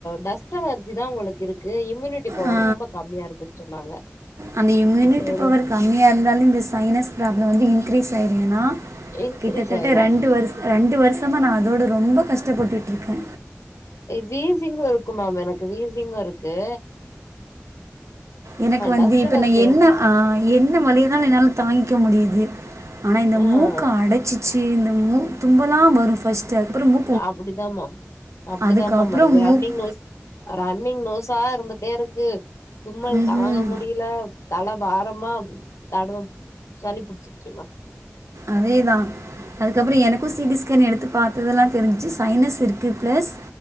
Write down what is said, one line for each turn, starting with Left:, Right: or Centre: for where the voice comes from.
Left: டஸ்ட் அலர்ஜிதா உங்களுக்கு இருக்கு இம்யூனிட்டி பவர்
Right: ஆ.
Left: ரொம்ப கம்மியாருக்குன் சொன்னாங்க
Right: அந்த இம்யூனிட்டி
Left: சேரி
Right: பவர் கம்மியா இருந்தாலு இந்த சைனஸ் ப்ராப்ளோ வந்து இன்கிரீஸ் ஆய்ரூ ஏனா
Left: இன்கிரீஸ்
Right: கிட்டத்தட்ட
Left: ஆயிரு
Right: ரெண்டு வருஷ் ரெண்டு வருஷமா நா அதோட ரொம்ப கஷ்டப்பட்டுட்ருக்கே
Left: வீசிங்கு இருக்கு மேம் எனக்கு வீசிங்கு இருக்கூ
Right: எனக்கு வந்து
Left: டஸ்ட்
Right: இப்ப
Left: அலர்ஜி
Right: நா என்ன
Left: ரொம்ப
Right: ஆ என்ன வலியதானு என்னால தாங்கிக்க முடியுது ஆனா இந்த
Left: ஆ
Right: மூக்கு அடச்சி சு இந்த மு தும்பலா வரு ஃபர்ஸ்ட் டு அப்பறொ மு
Left: அப்படிதா மேம் அப்டிதா
Right: அதுக்கப்புறம்
Left: மேம் வருது ரன்னிங்
Right: மூக்
Left: நோஸ் ரன்னிங் நோசா இருந்துட்டே இருக்கு தும்மல்
Right: ம்
Left: தாங்க முடியல தலபாரமா தடுமம் சளி புடிச்சிகிச்சு மேம்
Right: அதேதா அதுக்கப்பறோ எனக்கு சி டி ஸ்கேன் எடுத்து பாத்ததுலா தெரிஞ்ச்சி சைனஸ் இருக்கு பிளஸ்